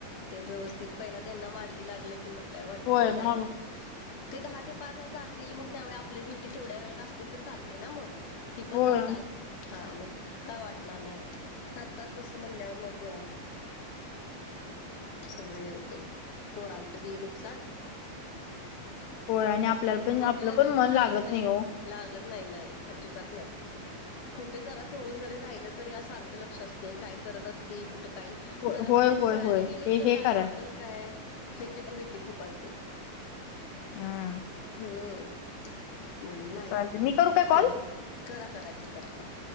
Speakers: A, on the left; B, on the left.
A: ते व्यवस्थित पहिला त्यांना मार्गी लागलं की मग काय वाटत
B: होय
A: नाही जायला.
B: मग
A: ते दहा ते पाचज जातील. मग त्यावे आपली ड्युटी तेवढ्या वेळात असली तर चालते. ना मग ती पण
B: होय
A: जात. हा मग का वाटणार नाय आत्ताच तसं म्हणल्यावर मग
B: <unintelligible>
A: सगळ हे होतय पोरांचं बी नुकसान
B: होय आणि आपल्याला पण आपलं
A: बी लक्ष
B: पण मन लागत
A: नाही
B: नाय ओ
A: लागत नाय नाय अजिबात नाय. कुठे जरा सोडून जरी राहिलं तरी या सारखं लक्ष असतय काय करत अस की कुठ काय
B: होय
A: जरा बाहेर
B: होय होय
A: खेळायला
B: होय.
A: गेलीत
B: हे
A: तर
B: हे
A: काय
B: खरंय.
A: लागल काय हेची पण भीती खूप असते.
B: आ
A: हम्म म्हणून नाही
B: चालते मी करू काय कॉल?
A: कुन करा करा की करा हा